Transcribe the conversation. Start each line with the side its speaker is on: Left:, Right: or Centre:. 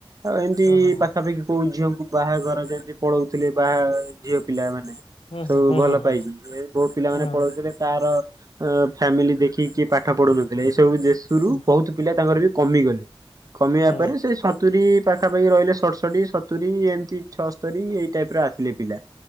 Right: ଆଉ ଏମିତି
Left: ଓ ହୋ ହୋ।
Right: ପାଖାପାଖି କହୁଝିଅ ବାହାଘର ଯେମତି ପଳଉଥିଲେ ବାହା ଝିଅ ପିଲା ମାନେ
Left: ହୁଁ
Right: ସବୁ
Left: ହୁଁ
Right: ଭଲ
Left: ହୁଁ ହୁଁ
Right: ପାଇକି ଏ ବୋଉ ପିଲାମାନେ
Left: ହୁଁ
Right: ପଳଉଥିଲେ ତାର ଅ ଫ୍ୟାମିଲି ଦେଖିକି କିଏ ପାଠ ପଢୁନଥିଲେ ଏଇ ସବୁ ଦେଶରୁୁ
Left: ହୁଁ
Right: ବହୁତ ପିଲା ତାଙ୍କର ବି କମିଗଲେ କମିବା
Left: ହୁଁ
Right: ପରେ ସେ ସତୁରୀ ପାଖାପାଖି ରହିଲେ ସଷଠି ସତୁୁରରି ଏମିତି ଛଅସ୍ତରୀ ଏଇ ଟାଇପ ର ଆଖିଲେ ପିଲା